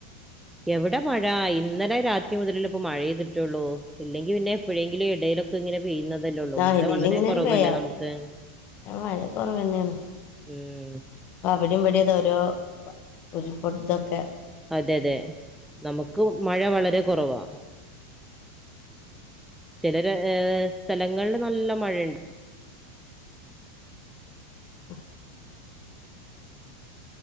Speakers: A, in the centre; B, on the left.
A: എവിടെ മഴ ഇന്നലെ രാത്രി മുതലല്ലെ ഇപ്പോ മഴെയ്തിട്ടുള്ളൂ ഇല്ലെങ്കി പിന്നെ എപ്പോഴെങ്കിലും ഇടയിലൊക്കെ ഇങ്ങനെ പെയ്യുന്നതല്ലേള്ളൂ
B: ആഹ്
A: മഴ
B: ഇതിലിങ്ങനെ
A: വളരെ കുറവല്ലേ
B: ഒരു പെയ്യ
A: നമുക്ക്
B: മഴ കുറവന്നെയാണ്
A: ഉം
B: അവിടെയും ഇവിടേം താ ഓരോ ഉരുൾപ്പട് തൊക്കെ
A: അതെ അതെ നമുക്കും മഴ വളരെ കുറവാ ചിലര് ഏ സ്ഥലങ്ങളിൽ നല്ല മഴയുണ്ട്
B: <inaudible>